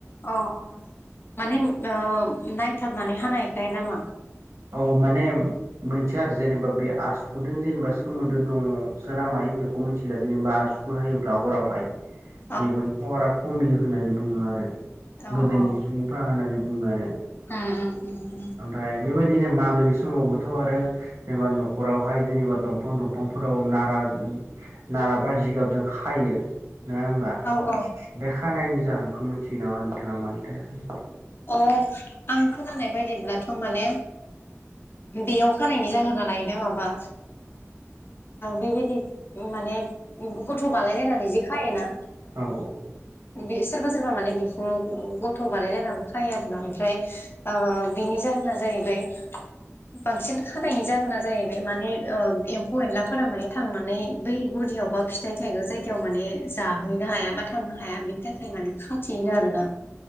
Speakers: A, on the left; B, on the right.
A: अ अ माने नायथाबनानै हानायखाय नामा
B: औ माने मोनथिया आरो जेनेबा बे आसुगुदो जेनेबा सोमोन्दो दङ सो ना मायो बेखौ मिथिला जेनेबा आसु गुर हायोब्ला हरावहाय
A: <inaudible>
B: मेगननि पावारा खमियो होननानै बुङो आरो
A: अ
B: गोदोनि
A: अ
B: सुबुंफ्रा होननानै बुङो आरो
A: अ उम उम उम
B: ओमफ्राय बेबायदिनो मागोनि समावबोथ' आरो जेनेबा न'खरावहाय जेनेबा दंफां दंफांफोराव नारा नाराबा जिगाबजों खायो नोङा होमबा
A: औ औ
B: बे खानायनि जाहोनखौ मिथियो नामा नोंथाङा मानि थाखाय
A: अ आं खोनानाय बायदिब्लाथ' माने बेयाव खानायनि जाहोनालाय माबा बेबायदि माने गथ' बानायायलायनानै जेखायोना
B: औ
A: बे सोरबा सोरबा माने बिखुङाव गथ' बानायलायनाबो खायो आरो ना ओमफ्राय बिनि जाहोना जाहैबाय बांसिन खानायनि जाहोना जाहैबाय माने एम्फौ एनलाफोरा माने थांनानै बै गुुदियाव बा फि फिथाइ थायग्रा जायगायाव माने जाहैनो हाया बा थांनो हाया बेनि थाखाय माने खाथियोनो आरोना